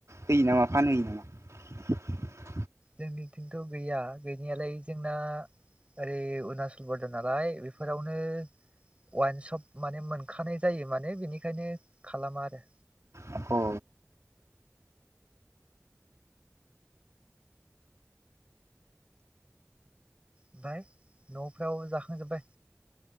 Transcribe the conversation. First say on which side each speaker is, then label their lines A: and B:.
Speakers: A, on the right (about 75°); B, on the right (about 25°).
A: होयो नामा फानहोयो नामा? <unintelligible>
B: जोंनिथिंथ' गैया गैनायालाय जोंना ओरै अरुणाचल बरदार नालाय बेफोरावनो वाइनसप माने मोनखानाय जायो माने बिनिखायनो खालामा आरो
A: अ ओ
B: आमफाय न'फ्राव जाखांजोब्बाय